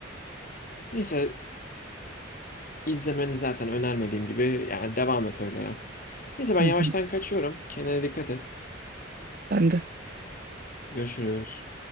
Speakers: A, on the left; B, on the right.
A: Neyse İzlemeni zaten önermediğim gibi yani devam et öyle ya. Neyse ben
B: Hı
A: yavaştan
B: hı.
A: kaçıyorum. Kendine dikkat et.
B: Sen de.
A: Görüşürüz.